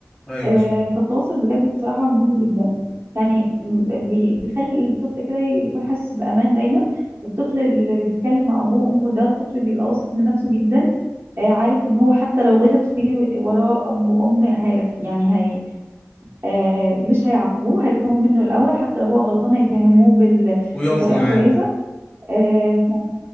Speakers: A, on the left; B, on the right.
A: ايوه
B: آه،
A: صح
B: فالتواصل بجد بصراحة مهم جدا يعني م- بي- بيخلي الطفل كده يكون حاسس بأمان دايما الطفل اللي بيتكلم مع أبوه وأمه ده الطفل بيبقى واثق من نفسه جدا آه، عارف إن هو حتى لو غلط فيه وراه أب وأم هي يعني هي آه، مش هيعاقبوه هيفهموا منه الأول حتى لو هو غلطان هيفهموه بال-
A: ويقفوا
B: بطريقة
A: معاه
B: كويسة آه، ف-